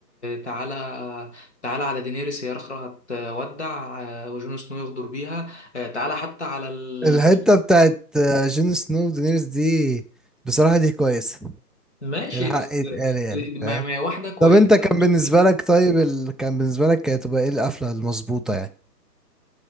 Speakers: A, on the left; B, in the centre.
A: تعالى تعالى على دينيريس هي اخرى هتودع آه، وجون سنو يغدر بيها آه، تعالى حتى على ال...
B: الحتة بتاعت جون سنو ودينيرز دي بصراحة دي كويسة
A: ماشي
B: الحق
A: بس
B: يتقال يعني
A: ما
B: فاهم
A: ما هي واحده كويسه
B: طب انت كان
A: 300
B: بالنسبة لك طيب ال... كان بالنسبة لك كانت تبقى ايه القفلة المظبوطة يعني